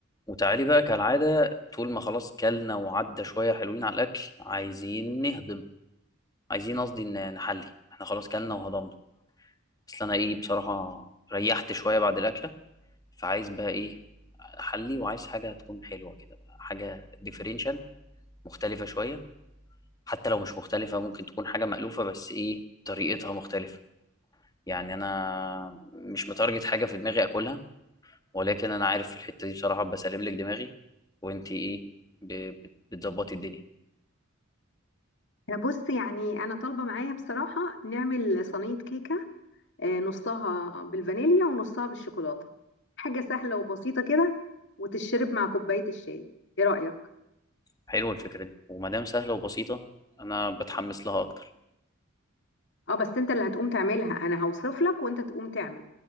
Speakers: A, on the left; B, on the left.
A: وتعالي بقى كالعادة طول ما خلاص كلنا وعدى شوية حلوين على الأكل عايزين نهضم عايزين قصدي ن- نحلي احنا خلاص كلنا وهضمنا بس أنا إيه بصراحة ريحت شوية بعد الأكلة فعايز بقى إيه أحلي وعايز حاجة تكون حلوة كده بقى حاجة ديفرنشال مختلفة شوية حتى لو مش مختلفة ممكن تكون حاجة مألوفة بس إيه طريقتها مختلفة يعني أنا مش متارجت حاجة في دماغي أكلها ولكن أنا عارف في الحتة دي بصراحة بسلم لك دماغي وإنتي إيه ب- بت- بتظبطي الدنيا
B: آه، بص يعني انا طالبه معايا بصراحه نعمل صينيه كيكه آه، نصها بالفانيليا ونصها بالشوكولاته حاجه سهله وبسيطه كده وتشرب مع كوبايه الشاي ايه رايك
A: حلوة الفكرة دي وما دام سهلة وبسيطة أنا بتحمس لها أكتر
B: اه بس انت اللي هتقوم تعملها انا هوصف لك وانت تقوم تعمل